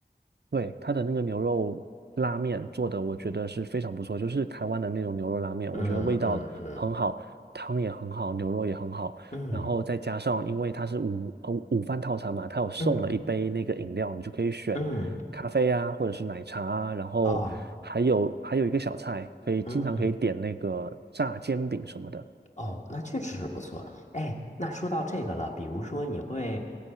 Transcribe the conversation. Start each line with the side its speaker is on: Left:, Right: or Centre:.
Right: 对，它的那个牛肉拉面做的，我觉得是非常不错，就是台湾的那种牛肉拉面，
Left: 嗯嗯嗯
Right: 我觉得味道很好，汤也很好，牛肉也很好，
Left: 嗯
Right: 然后再加上因为它是午呃午饭套餐嘛，它有送了一杯那个饮料，
Left: 嗯
Right: 你就可以选咖啡啊，
Left: 嗯，
Right: 或者是奶茶啊，然后还有还有一个小菜，
Left: 哦，
Right: 可以经常可以点那个炸煎饼什么的。
Left: 嗯。哦，那确实是不错。哎，那说到这个了，比如说你会，